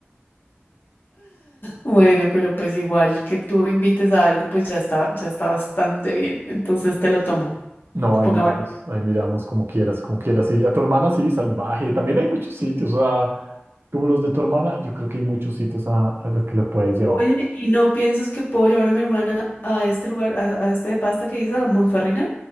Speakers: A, on the left (about 55°); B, on the right (about 60°).
A: Bueno, pero pues igual que tú invites a algo, pues ya está, ya está bastante bien. Entonces te lo tomo.
B: No, ahí
A: Pongámosle.
B: miramos, ahí miramos como quieras, como quieras. Y a tu hermana sí, salvaje. También hay muchos sitios, o sea, como los de tu hermana, yo creo que hay muchos sitios a, a los que le puedes llevar.
A: Oye, ¿y no piensas que puedo llevar a mi hermana a este lugar, a, a este de pasta que dices, a Monferrina?